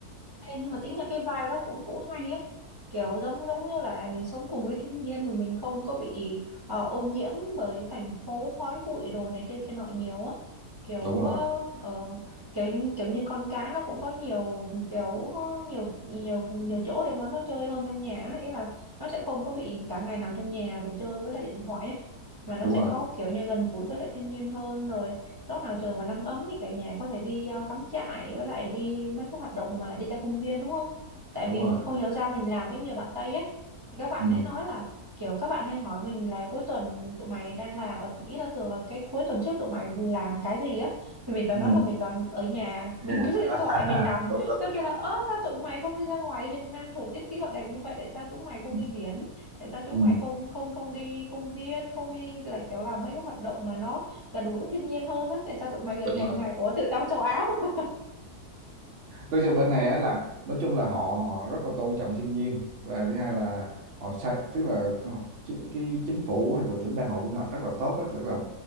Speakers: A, on the right; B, on the right.
A: Ê, nhưng mà tính ra cái vibe đó cũng cũng hay á kiểu giống giống như là mình sống cùng với thiên nhiên mà mình không có bị ờ, ô nhiễm bởi thành phố khói bụi đồ này kia kia nọ nhiều á kiểu
B: đúng
A: ờ,
B: rồi
A: ờ, kiểu kiểu như con cái nó cũng có nhiều kiểu ờ, nhiều nhiều nhiều chỗ để mà nó chơi hơn trong nhà á. ý là nó sẽ không có bị cả ngày nằm trong nhà rồi chơi với lại điện thoại á mà nó
B: đúng
A: sẽ
B: rồi
A: có kiểu như gần gũi với lại thiên nhiên hơn rồi lúc nào trời mà nắng ấm thì cả nhà có thể đi ờ, cắm trại với lại đi mấy cái hoạt động mà đi ra công viên đúng không tại
B: đúng
A: vì
B: rồi
A: không hiểu sao mình làm với nhiều bạn Tây ấy thì các bạn
B: ừ.
A: ấy nói là kiểu các bạn hay hỏi mình là cuối tuần tụi mày đang làm ờ, ý là thường là cái cuối tuần trước tụi mày làm cái gì á thì mình toàn
B: Ừ.
A: nói là mình toàn ở nhà
B: <laughs>
A: mình bấm điện thoại
B: à,
A: mình nằm
B: đúng đúng
A: nó kêu là ơ sao tụi mày không đi ra ngoài Việt Nam thời tiết khí hậu đẹp như vậy tại sao chúng mày không
B: ừ.
A: đi biển tại sao chúng
B: Ừ.
A: mày không không không đi công viên không đi là kiểu làm mấy cái hoạt động mà nó gần gũi thiên nhiên hơn á tại sao tụi mày ở
B: Đúng
A: nhà ngày
B: rồi.
A: ủa tự tao châu Á mà.
B: Tôi cho bên này á là nói chung là họ họ rất là tôn trọng thiên nhiên và thứ hai là họ sạch tức là họ, chính- cái chính phủ hoặc là tỉnh bang họ quy hoạch rất là tốt á, tức là